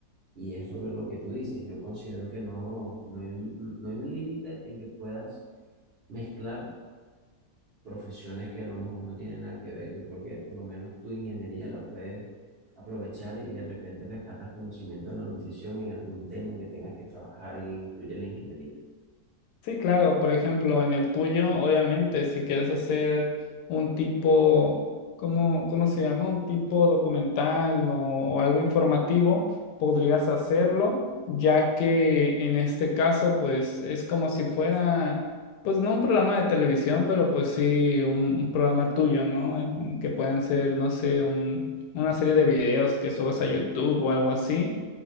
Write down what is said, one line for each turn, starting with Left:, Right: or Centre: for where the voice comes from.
Right: Y es lo, lo que tú dices, yo considero que no, no hay un, no hay un límite en que puedas mezclar profesiones que a lo mejor no tienen nada que ver. Yo creo que por lo menos tu ingeniería la puedes aprovechar y de repente rescatas conocimiento de la nutrición en algún tema que tengas que trabajar y incluye la ingeniería.
Left: Sí, claro, por ejemplo, en el tuyo, obviamente, si quieres hacer un tipo, ¿cómo, cómo se llama? Un tipo documental o, o algo informativo, podrías hacerlo, ya que en este caso, pues es como si fuera, pues no un programa de televisión, pero pues sí un, un programa tuyo, ¿no? En que pueden ser, no sé, un- una serie de videos que subas a YouTube o algo así